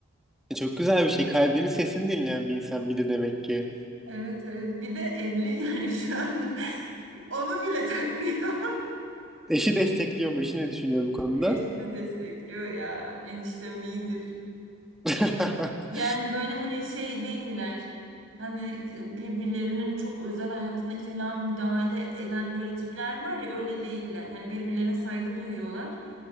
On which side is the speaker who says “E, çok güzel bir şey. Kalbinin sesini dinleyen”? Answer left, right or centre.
Centre